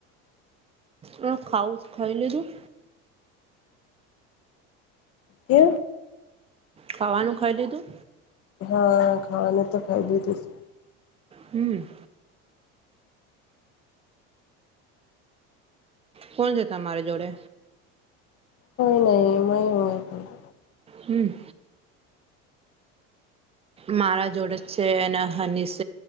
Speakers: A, on the right (about 20°); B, on the left (about 45°).
A: હ ખાવ ખાઈ લીધું
B: કે
A: ખાવાનું ખાઈ લીધું
B: હા ખાની તો ખાઈ લીધ
A: હમ કોણ છે તમારી જોડે
B: કોઈ નહીં હ
A: હમ મારા જોડે છે હની સ